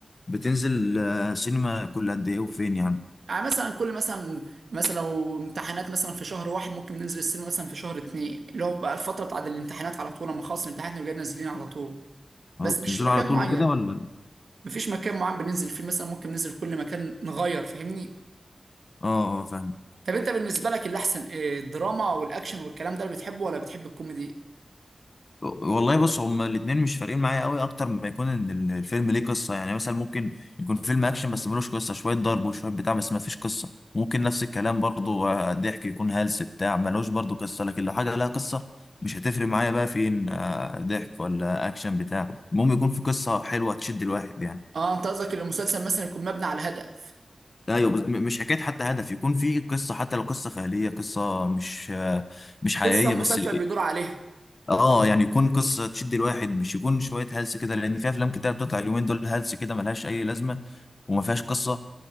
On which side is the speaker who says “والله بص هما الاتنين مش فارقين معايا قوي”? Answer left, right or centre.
Left